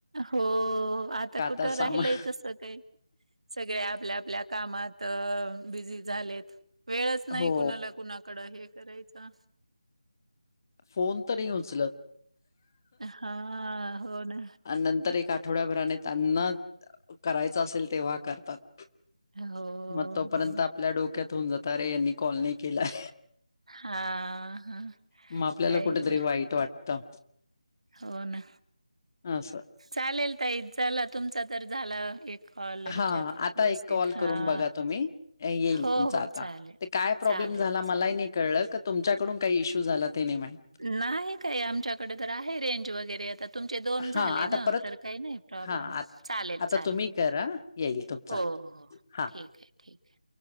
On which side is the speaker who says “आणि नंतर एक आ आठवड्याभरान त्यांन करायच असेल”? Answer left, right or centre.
Left